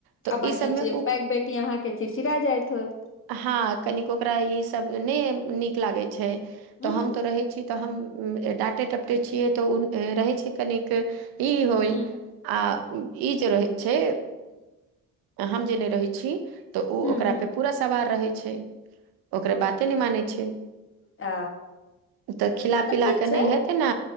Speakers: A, on the right (about 75°); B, on the left (about 35°).
A: तऽ
B: आ
A: ई
B: बड़की
A: सबमे
B: छियै
A: उ
B: पैघ बेटी अहाँके चिड़चिड़ा जाइत हेत
A: हँ कनिक ओकरा ई सब नहि नीक लागे छै
B: हूँ
A: तऽ हम तो रहै छी तऽ हम डाँटे डपटे छियै तऽ रहै छै कनिके ई होइ
B: हूँ
A: आ ई जे रहै छै हम जे नहि रहै छी तऽ ओ
B: हूँ
A: ओकरा
B: हूँ
A: पे पूरा सवार रहै छै ओकरा बाते नहि मानै छै
B: आ
A: ओ तऽ खिला
B: नहि
A: पिला
B: ठीक
A: कऽ नहि
B: छै
A: हेतै ने